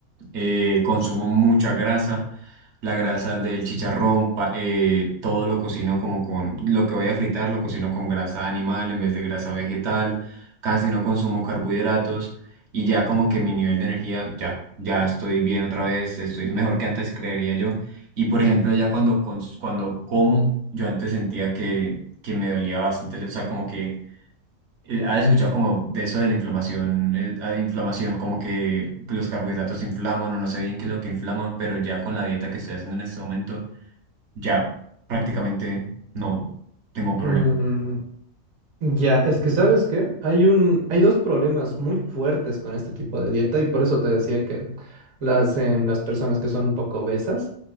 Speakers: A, on the right; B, on the right.
A: eh, consumo mucha grasa, la grasa del chicharrón, pa- eh, todo lo cocino como con, lo que voy a fritar lo cocino con grasa animal en vez de grasa vegetal, casi no consumo carbohidratos y ya como que mi nivel de energía, ya, ya estoy bien otra vez, estoy mejor que antes creería yo. Y por ejemplo, ya cuando, cons- cuando como, yo antes sentía que, que me dolía bastante, o sea, como que eh, ¿Has escuchado como de eso de la inflamación? eh, ah, inflamación, como que los carbohidratos inflaman o no sé bien qué es lo que inflaman, pero ya con la dieta que estoy haciendo en este momento, ya prácticamente no tengo problema.
B: Mm, Ya, es que ¿sabes qué? Hay un, hay dos problemas muy fuertes con este tipo de dieta y por eso te decía que las en las personas que son un poco obesas